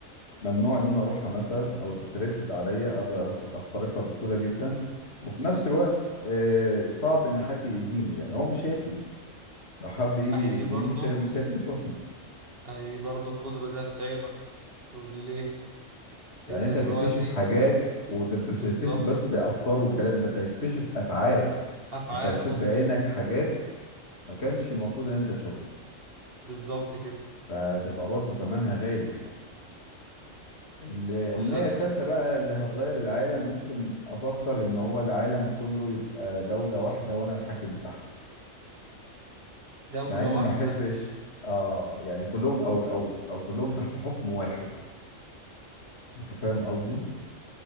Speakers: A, on the left; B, on the right.
A: ممنوع ان انا اروحها مثلا او ريستريكتد عليا اقدر أخ- اخترقها بسهوله جدا وفي نفس الوقت آه، صعب ان حد يأذيني لان هو مش شايفني لو حب يجي
B: اهي
A: يأذيني
B: دي برضو
A: مش هي- مش هيقدر يشوفني
B: اهي برضو القدرة دي هتتعبك تقولي ليه
A: لان
B: انت
A: انت
B: دلوقتي
A: هتكتشف حاجات وده انت
B: بالظبط
A: مش هتكتشف بس افكار وكلام ده انت هتكتشف افعال
B: افعال
A: انت هتشوف
B: بقى
A: بعينك حاجات ما كانش المفروض ان انت تشوفها
B: بالظبط كده
A: فتبقى برضو تمنها غالي يعني الامنية
B: للأسف
A: التالتة بقى اللي هتغير العالم ممكن افكر ان هو العالم كله يبقى دولة واحدة وانا الحاكم بتاعها
B: دولة
A: مع اني
B: واحدة
A: ما احبش اه يعني كلهم او او او كلهم تحت حكم واحد انت فاهم قصدي